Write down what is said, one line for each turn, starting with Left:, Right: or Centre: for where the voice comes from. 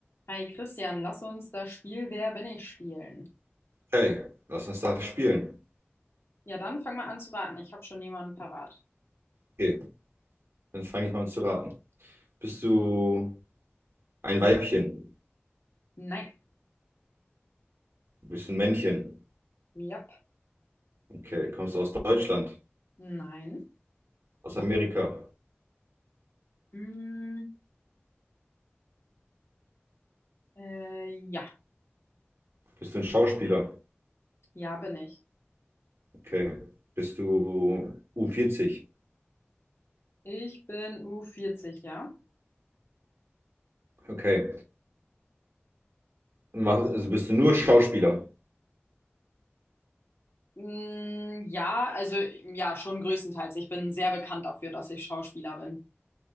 Left: Hi Christian, lass uns das Spiel Wer bin ich spielen.
Right: Okay, lass uns das spielen.
Left: Ja, dann fang mal an zu raten. Ich habe schon jemanden parat.
Right: Okay, dann fange ich mal an zu raten. Bist du ein Weibchen?
Left: Nein.
Right: Bist du ein Männchen?
Left: Jap.
Right: Okay, kommst du aus Deutschland?
Left: Nein.
Right: Aus Amerika?
Left: Mm, äh, ja.
Right: Bist du ein Schauspieler?
Left: Ja bin ich.
Right: Okay, bist du u vierzig?
Left: Ich bin u vierzig, ja?
Right: Okay, Mach- also bist du nur Schauspieler?
Left: Mm, ja, also ja, schon größtenteils. Ich bin sehr bekannt dafür, dass ich Schauspieler bin.